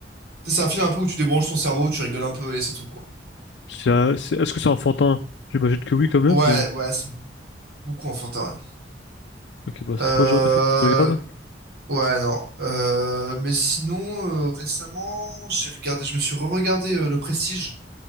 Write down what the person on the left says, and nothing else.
C'est un- c'est- Est-ce que c'est enfantin? J'imagine que oui quand même,
mais...
Ok, bah
c'est
pas le genre de film que je regarde.